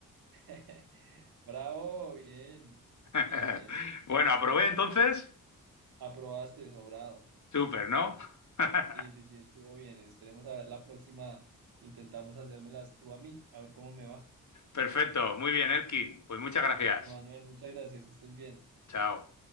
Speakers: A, on the right (about 80°); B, on the left (about 55°).
A: <laughs> Bravo, bien,
B: <laughs>
A: bien, bien, bien.
B: Bueno,
A: Vamos,
B: aprobé entonces.
A: aprobaste, sobrado.
B: Súper, ¿no? <laughs>
A: Sí, sí, sí, estuvo bien. Esperemos a ver la próxima. Intentamos hacérmelas tú a mí, a ver cómo me va.
B: Perfecto. Muy bien, Elkin. Pues muchas gracias.
A: Manuel, muchas gracias, que estés bien.
B: Chao.